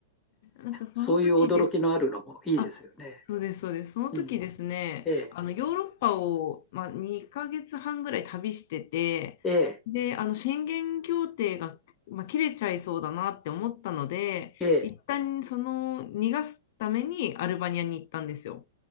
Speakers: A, on the left; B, on the left.
A: なんかその時です。
B: そういう驚きのあるのもいいですよね。
A: あ、そうです、そうです。その時ですね、
B: うん、ええ、
A: あのヨーロッパを、まあ、2ヶ月半ぐらい旅してて、
B: ええ、
A: で、あの宣言協定が、まあ、切れちゃいそうだなって思ったので、
B: ええ。
A: 一旦その逃がすためにアルバニアに行ったんですよ。